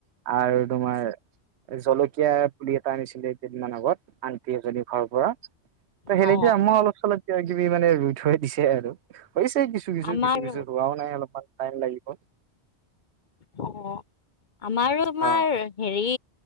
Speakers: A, on the right (about 80°); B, on the left (about 50°).
A: আৰু তোমাৰ জলকীয়া পুলি এটা আনিছিলে এই কেইদিনমান আগত আন্টি এজনী ঘৰৰ পৰা ত সেনেকে
B: অ
A: মই অলপ চলপ কিব কিবি মানে ৰুই থৈ দিছে আৰু। হৈছে কিছু কিছু
B: আমাৰ
A: কিছু কিছু ৱাও নাই অলপমান টাইম লাগিব।
B: অ আমাৰো তোমাৰ
A: অ
B: হেৰি